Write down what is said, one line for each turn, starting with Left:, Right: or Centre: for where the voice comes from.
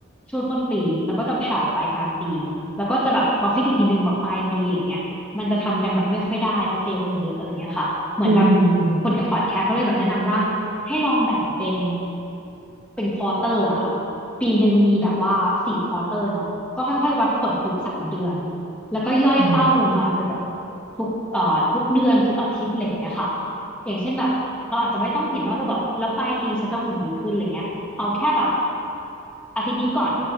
Centre: ช่วงต้นปีแล้วก็จะแผ่วไปกลางปีแล้วก็จะแบบมาฟิตอีกทีนึงแบบปลายปีอะไรเงี้ย มันจะทำกันแบบไม่ค่อยได้จะเฟลกันเยอะอะไรเงี้ยค่ะเหมือนแบบ
Right: อืม
Centre: คนในพอดแคสต์เขาเลยแบบแนะนำว่าให้ลองแบ่งเป็นเป็นควอเตอร์อะค่ะปีหนึ่งมีแบบว่าสี่ควอเตอร์เนาะก็ค่อยๆวัดผลทุกสามเดือนแล้วก็ย่อยเป้าลงมาเป็นแบบ
Right: อืม
Centre: ทุกเอ่อทุกเดือนทุกอาทิตย์อะไรอย่างเงี้ยค่ะอย่างเช่นแบบเราอาจจะไม่ต้องเห็นว่าเออแบบแล้วปลายปีฉันจะหุ่นดีขึ้นอะไรเงี้ยเอาแค่แบบอาทิตย์นี้ก่อน